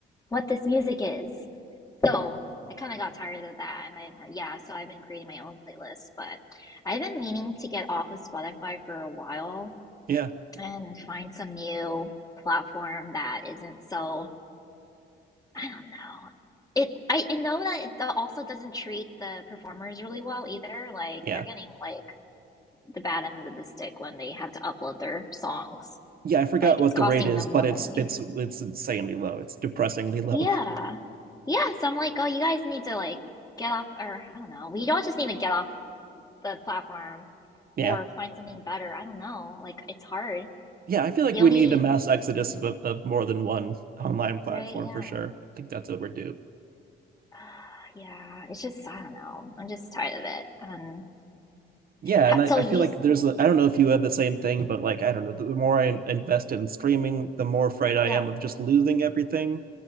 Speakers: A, on the left; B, on the right.
A: what this music is. So I kind of got tired of that, and I yeah, so I've been creating my own playlist. But I've been meaning to get off of Spotify for a while
B: yeah.
A: and find some new platform that isn't so I don't know. It I, I know that it also doesn't treat the performers really well either. Like
B: Yeah.
A: they're getting like the bad end of the stick when they have to upload their songs.
B: Yeah, I forgot
A: Like
B: what
A: it's costing
B: the rate is,
A: them
B: but
A: more
B: it's
A: money.
B: it's it's insanely low. It's depressingly low.
A: Yeah.
B: <laughs>
A: Yeah, so I'm like, oh, you guys need to like get off, or I don't know. We don't just need to get off the platform
B: Yeah.
A: or find something better. I don't know. Like it's hard.
B: Yeah, I feel like
A: The
B: we
A: only
B: need a mass exodus of, of more than one online platform
A: right, yeah.
B: for sure. I think that's overdue.
A: <sighs> Yeah, it's just I don't know. I'm just tired of it. Um
B: Yeah,
A: ha-
B: and I,
A: so
B: I
A: you
B: feel like
A: s-
B: there's a, I don't know if you have the same thing, but like I don't know, the more I invest in streaming, the more afraid I
A: yeah.
B: am of just losing everything.